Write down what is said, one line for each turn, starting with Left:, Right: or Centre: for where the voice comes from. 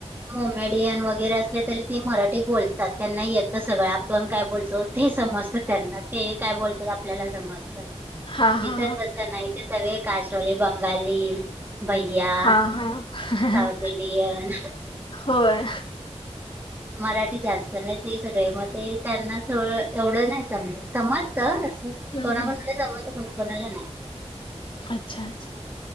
Right: मोमेडियन वगैरे असले तरी ते मराठी बोलतात त्यांना येतं सगळं आपण काय बोलतो ते समजत त्यांना ते काय बोलतात आपल्याला समजत
Left: हा हा
Right: इथ तस नाही इथ सगळे कासले बंगाली भैया,
Left: हा हा हा
Right: साऊथ
Left: हा.
Right: इंडियन
Left: होय
Right: मराठी जास्त नाही ते सगळे मग ते त्यांना एवढं नाही सम समज कोणा
Left: हम्म, हम्म.
Right: कोणाला जमत कोणा कोणला ना
Left: अच्छा अच्छा